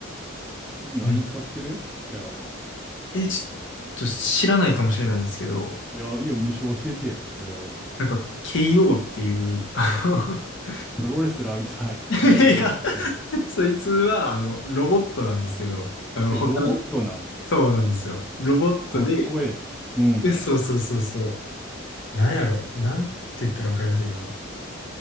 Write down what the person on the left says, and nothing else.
うん。え、ちょっと知らないかもしれないんですけど、
なんか、KO っていう、あの
<laughs>
いや、
そいつは、あの、ロボットなんですけど、
あの、
他の、
そうなんですよ。ロボットで、
え、そうそうそうそう。なんやろ、なんて言ったらわかりやすいかな。